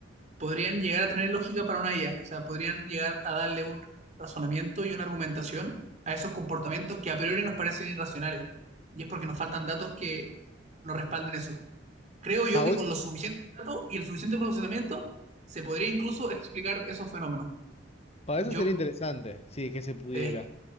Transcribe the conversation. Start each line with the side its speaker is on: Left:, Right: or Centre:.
Right: podrían llegar a tener lógica para una IA. O sea, podrían llegar a darle un razonamiento y una argumentación a esos comportamientos que a priori nos parecen irracionales. Y es porque nos faltan datos que nos respalden eso. Creo yo
Left: Ah,
Right: que
Left: bueno,
Right: con los suficientes datos y el suficiente procesamiento se podría incluso explicar esos fenómenos.
Left: ah,
Right: Yo
Left: eso sería interesante, sí, que se pudiera.
Right: eh,